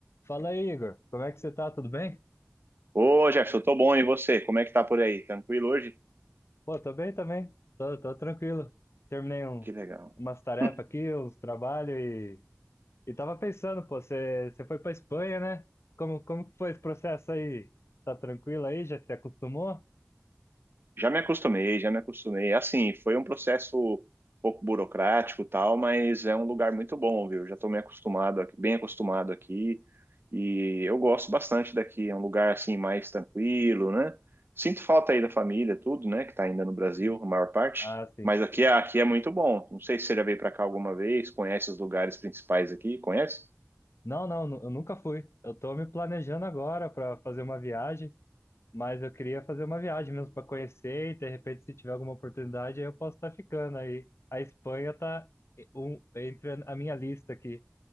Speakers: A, on the left; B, on the right.
A: Fala aí, Igor. Como é que você tá? Tudo bem?
B: Ô, Jefferson, tô bom, e você? Como é que tá por aí? Tranquilo hoje?
A: Pô, tô bem também. Tô, tô tranquilo. Terminei um,
B: Que legal.
A: umas tarefas
B: Hum,
A: aqui, uns trabalhos e, e tava pensando, pô, você, você foi pra Espanha, né? Como, como que foi esse processo aí? Tá tranquilo aí? Já se acostumou?
B: Já me acostumei, já me acostumei. Assim, foi um processo um pouco burocrático, e tal, mas é um lugar muito bom, viu? Já tô me acostumado aqui, bem acostumado aqui, e eu gosto bastante daqui. É um lugar assim mais tranquilo, né? Sinto falta aí da família, tudo, né? Que tá ainda no Brasil,
A: Sim.
B: a maior parte.
A: Ah, sim.
B: Mas aqui, é- aqui é muito bom. Não sei se você já veio pra cá alguma vez, conhece os lugares principais aqui, conhece?
A: Não, não, nu- eu nunca fui. Eu tô me planejando agora pra fazer uma viagem. Mas eu queria fazer uma viagem mesmo para conhecer e de repente se tiver alguma oportunidade aí eu posso estar ficando aí. A Espanha tá e- um, entre a minha lista aqui.